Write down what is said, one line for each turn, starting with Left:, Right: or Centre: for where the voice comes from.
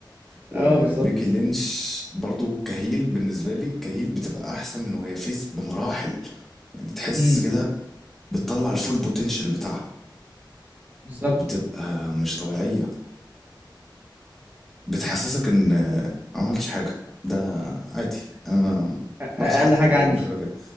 Centre: وبيكي
Right: اه بالظبط
Centre: لينش برضو كهيل بالنسبة لي كهيل بتبقى احسن من وهي فيس بمراحل يعني تحس
Right: امم
Centre: كده بتطلع الفول بوتنشال بتاعها
Right: بالظبط
Centre: بتبقى مش طبيعية وبتحسسك ان ما عملتش حاجة ده عادي انا
Right: أ-
Centre: باخد
Right: اقل
Centre: حقي
Right: حاجة
Centre: او
Right: عندي
Centre: مش عارف ايه